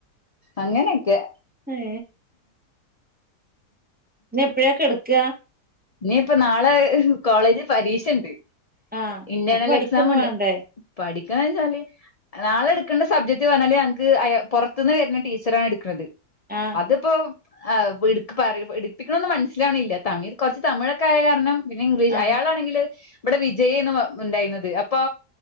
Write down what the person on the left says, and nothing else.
അങ്ങനൊക്കെ
നീ ഇപ്പൊ നാളെ കോളേജിൽ പരീക്ഷണ്ട്
ഇന്റേർണൽ
എക്സാം ഉണ്ട്
പഠിക്ക ക്കാ വച്ചാല് നാളെ എടുക്കേണ്ട സബ്ജക്ട് പറഞ്ഞാല് ഞങ്ങക്ക് പുറത്തു നിന്ന് വരുന്ന ടീച്ചറണ് എടുക്കണുന്നത്
അതിപ്പോ ആ വ് ഇട് പറി ഇട്പ്പിക്കണതൊന്ന് മനസ്സിലാവണില്ല താങ്ങി കുറച്ച് തമിഴൊക്കെ ആയ കാരണം പിന്നെ ഇംഗ്ലീ
അയാളാണെങ്കില് ഇവിടെ വിജയന്ന് ഉണ്ടായിരുന്നത് അപ്പൊ